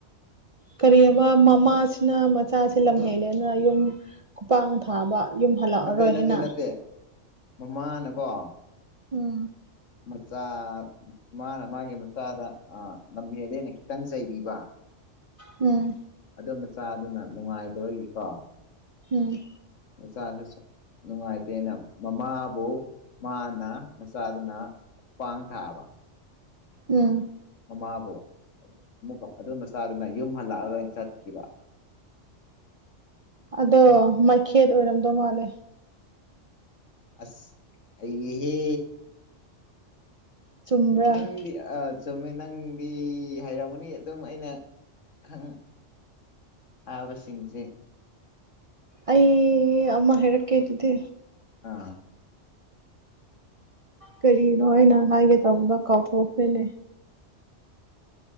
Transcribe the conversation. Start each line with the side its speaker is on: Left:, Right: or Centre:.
Right: ꯀꯔꯤꯌꯦꯕ ꯃꯃꯥꯁꯤꯅ ꯃꯆꯥꯁꯤ ꯂꯝꯍꯦꯜꯂꯦꯅ ꯌꯨꯝ ꯈꯨꯄꯥꯛꯅ ꯊꯥꯕ ꯌꯨꯝ ꯍꯜꯂꯛꯑꯔꯣꯏ
Left: ꯅꯠꯇꯦ ꯅꯠꯇꯦ
Right: ꯍꯥꯏꯅ
Left: ꯅꯠꯇꯦ ꯃꯃꯥꯅꯀꯣ
Right: ꯎꯝ
Left: ꯃꯆꯥ ꯃꯥꯅ ꯃꯥꯒꯤ ꯃꯆꯥꯗ ꯂꯝꯍꯦꯜꯂꯦꯅ ꯈꯤꯇꯪ ꯆꯩꯕꯤꯕ
Right: ꯎꯝ
Left: ꯑꯗꯨ ꯃꯆꯥꯗꯨꯅ ꯅꯨꯡꯉꯥꯏꯇꯕꯒꯤꯀꯣ
Right: ꯎꯝ
Left: ꯃꯆꯥꯁꯨ ꯆꯥꯎ ꯅꯨꯡꯉꯥꯏꯇꯦꯅ ꯃꯃꯥꯕꯨ ꯃꯥꯅ ꯃꯆꯥꯗꯨꯅ ꯈꯨꯄꯥꯡꯅ ꯊꯥꯕ
Right: ꯎꯝ
Left: ꯃꯃꯥꯕꯨ ꯑꯃꯨꯛꯀ ꯑꯗꯨ ꯃꯆꯥꯗꯨꯅ ꯌꯨꯝ ꯍꯜꯂꯛꯑ ꯔꯣꯏꯅ ꯆꯠꯈꯤꯕ
Right: ꯑꯗꯣ ꯃꯩꯈꯦꯠ ꯑꯣꯏꯔꯝꯗꯧ ꯃꯥꯜꯂꯦ
Left: ꯑꯁ ꯍꯩꯌꯦꯍꯦ
Right: ꯆꯨꯝꯕ꯭ꯔꯥ
Left: ꯅꯪꯗꯤ ꯑꯠ ꯆꯨꯝꯃꯦ ꯅꯪꯗꯤ ꯍꯩꯔꯝꯒꯅꯤ ꯑꯗꯨꯝ ꯑꯩꯅ ꯈꯪ ꯍꯕꯁꯤꯡꯆꯦ
Right: ꯑꯩ ꯑꯃ ꯍꯥꯏꯔꯛꯀꯦ ꯗꯨꯗꯤ
Left: ꯑꯥ
Right: ꯀꯔꯤꯅꯣ ꯑꯩꯅ ꯍꯥꯏꯒꯦ ꯇꯥꯎꯕꯗꯣ ꯀꯥꯎꯊꯣꯛꯈ꯭ꯔꯦꯅꯦ